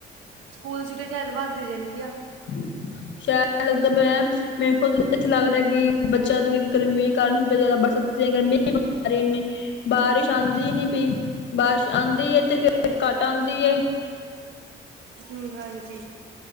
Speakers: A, on the right; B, on the left.
A: ਸਕੂਲ ਛੁੱਟੀਆਂ ਸ਼ੈਦ ਵੱਧ ਜਾਣਗੀਆ।
B: <unintelligible> ਮੈਂਨੂੰ ਖੁਦ ਨੂੰ ਇੱਥੇ ਲੱਗ ਰਿਆ ਵੀ ਬੱਚਿਆ ਨੂੰ ਵੀ ਗਰਮੀ ਕਾਰਨ ਛੁਟੀਆਂ ਜ਼ਿਆਦਾ ਬੜ ਸਕਦੀ ਐ ਗਰਮੀ ਅਰੇ ਏਨੀ, ਬਾਰਿਸ਼ ਆਂਦੀ ਈ ਨੀ ਪਈ ਬਾਰਿਸ਼ ਆਂਦੀ ਏ ਤੇ ਫੇਰ ਘੱਟ ਆਂਦੀ ਏ।
A: ਹੂੰ ਹਾਂਜੀ,